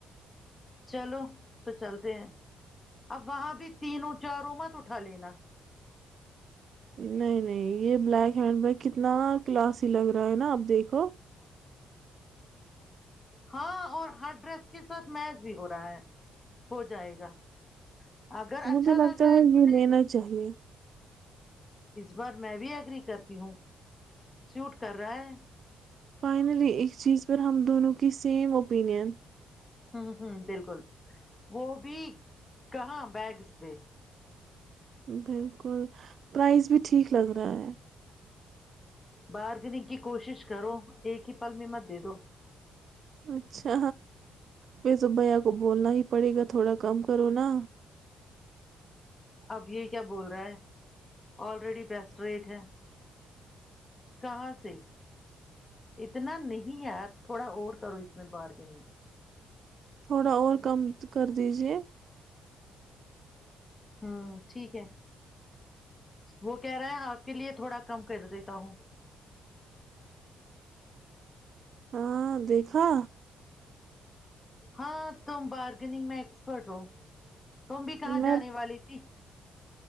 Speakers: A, on the left; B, on the right.
A: چلو تو چلتے ہیں اب وہاں بھی تینوں چار ا مت اٹھا لینا
B: نہیں نہیں یہ بلیک ہینڈ و کتنا کلاسی لگ رہا ہے نا اپ دیکھو
A: ہاں اور ہر ڈریس کے ساتھ میچ بھی ہو رہا ہے ہو جائے گا اگر اچھا
B: مجھے
A: لگ
B: لگتا
A: رہا
B: ہے
A: تو
B: یہ
A: لے
B: لینا
A: لو
B: چاہیے
A: ب میں بھی ایگری کرتی ہوں سوٹ کر رہا ہے
B: فائنلی اس چیز پر ہم دونوں کی سیم اوپینین
A: ہ ہوں بالکل وہ بھی کہاں بیگ اس پہ
B: بالکل پرائز بھی ٹھیک لگ رہا ہے
A: باہر کے د کی کوشش کرو ایک ہی پل م مدے دو
B: اچھا پھر تو بھیا کو بولنا ہی پڑے گا تھوڑا کم کرو نا
A: اب یہ کیا بول رہا ہے آلریڈی بیسٹ ریٹ ہے کہاں سے اتنا نہیں ہے تھوڑا اور کرو اس میں بارگننگ
B: تھوڑا اور کم کر دیجے
A: ہوں ٹھیک ہے وہ کہہ رہا ہیں آپ کے لیے تھوڑا کم کر دیتا ہوں
B: ہاں دیکھا
A: ہاں تم بارگگ میں ایکسپرٹ ہو تم بھی کہاں
B: میں
A: جانے والی تھی